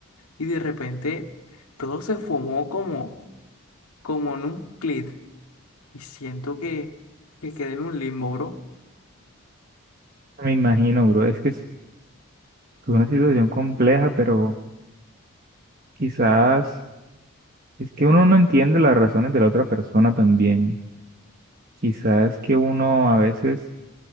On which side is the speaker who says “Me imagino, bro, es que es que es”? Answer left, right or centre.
Right